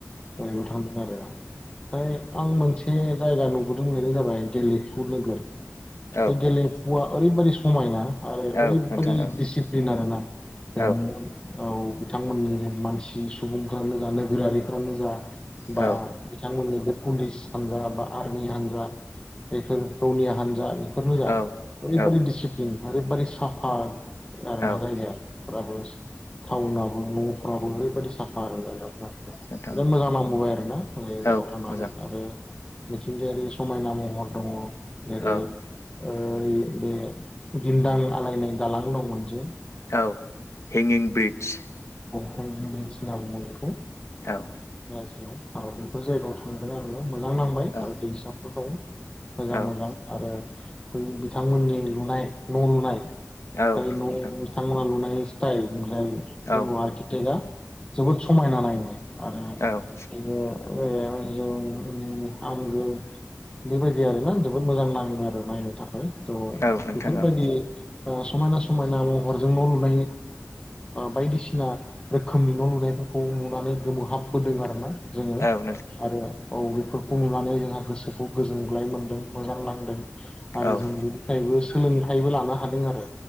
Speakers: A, on the left; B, on the left.
A: <unintelligible> थांदों आरो ओमफाय आं मोनसे से जायगा नुबोदों बेनो जाबाय गेलेमफु नोगोर
B: औ
A: बे गेलेमफुआ ओरैबायदि समायना आरो
B: औ
A: ओरैबादि
B: नोंथां औ
A: दिसिप्लिन आरोना बेनि
B: औ
A: औ बिथांमोननि मानसि सुबुंफ्रानो जा नोगोरारिफ्रानो जा बा
B: औ
A: बिथांमोननि पुलिस हान्जा बा आर्मि हान्जा बेफोर रौनिया हान्जा बेफोरनो जा
B: औ
A: ओरैबादि
B: औ
A: दिसिप्लिन ओरैबादि साफा आरोना
B: औ
A: जायगाफोराबो टाउनाबो न'फ्राबो ओरैबायदि साफ आरो जायाफ्रा
B: नोंथां
A: बिराद
B: औ
A: मोजां नांबोबाय आरोना बै जायगायाव
B: औ
A: थांनानै
B: मोजां
A: आरो मिथिंगायारि समायना महर दङ जेरै
B: औ
A: ओ बे दिन्दां आलायनाय दालां दंमोन जे
B: औ हेंगिं ब्रिज।
A: हिंगिं ब्रिज बुङो बेखौ।
B: औ।
A: आरो बेफोर जायगायाव थांगोन आंङो मोजां नांबाय
B: औ
A: आरो दैसाफोर दं। मोजां
B: औ
A: मोजां आरो बै बिथांमोननि लुनाय न' लुनाय
B: औ नोंथां औ
A: जाय न'आव
B: नोंथां
A: बिथांमोना लुनाय स्ताइल ओमफाय
B: औ
A: <unintelligible> जोबोद समायना नायनो आरो
B: औ
A: बेनि <unintelligible> आंगो उम्म आंगो बेबायदि आरोना जोबोद मोजां नाङो आरो नायनो था थ'
B: औ नोंथां
A: बेफोरबायदि
B: औ
A: समायना समायना महरजों न' लुनाय बायदिसिना रोखोमनि न' नुनायफोरखौ नुनानै गोमोहाबबोदों आरो ना जोङो
B: औ
A: आरो औ बेफोरखौ नुनानै जोंहा गोसोखौ गोजोनग्लाय मोनदों। मोजां नांदों
B: औ
A: आरो जों बेनिफ्रायबो सोलोंथायाइबो लानो हादों आरो।